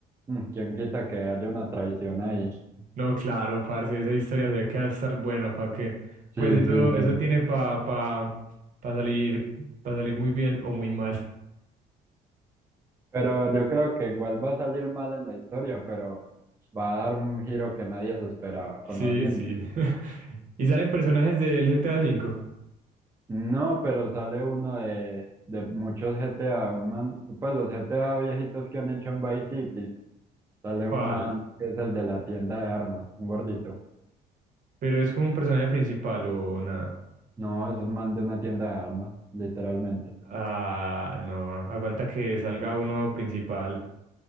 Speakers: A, on the right; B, on the right.
A: mm, quién quita que haya una traición ahí.
B: No, claro, parce, esa historia se ve que va a estar buena, ¿para qué? Pues
A: Sí,
B: eso,
A: sí,
B: eso
A: sí.
B: tiene pa, pa, pa salir, pa salir muy bien o muy mal.
A: Pero yo creo que igual va a salir mal en la historia, pero va a dar un giro que nadie se esperaba, conociendo.
B: Sí, sí. <laughs> ¿Y salen personajes del GTA V?
A: No, pero sale uno de, de muchos GTA, un man, pues los GTA viejitos que han hecho en Vice City, sale
B: ¿Cuál?
A: un man que es el de la tienda de armas, un gordito.
B: Pero es como un personaje principal o nada.
A: No, es un man de una tienda de armas, literalmente.
B: Ah, no, aguanta que salga uno principal.